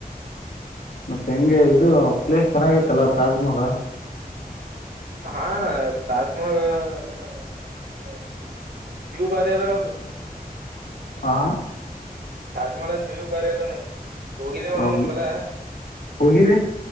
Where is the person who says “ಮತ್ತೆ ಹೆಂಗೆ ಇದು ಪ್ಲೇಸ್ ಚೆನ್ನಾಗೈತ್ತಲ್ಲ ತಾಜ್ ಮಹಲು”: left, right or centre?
Left